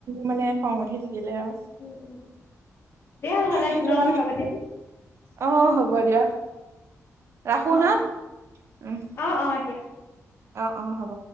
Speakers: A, on the right; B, on the left.
A: মানে। খং উঠি থাকিলে আৰু
B: উম উম দিয়া নহ'লে
A: সেইটো
B: দিনৰ
A: কাৰণে
B: কথা পাতিম।
A: অ হ'ব দিয়া, ৰাখো
B: অ',
A: হা
B: অ',
A: উম।
B: অ', অ', দিয়া।
A: অ অ হ'ব।